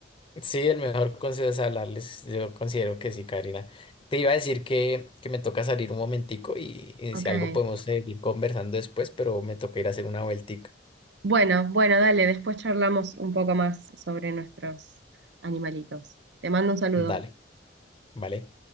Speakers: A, on the left; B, on the right.
A: Sí, el mejor consejo es hablarles. Yo considero que sí, Karina. Te iba a decir que, que me toca salir un momentico y, y
B: Ok.
A: si algo podemos seguir conversando después, pero me toca ir a hacer una vueltica.
B: Bueno, bueno, dale, después charlamos un poco más sobre nuestros animalitos. Te mando un saludo.
A: Dale, ¿vale?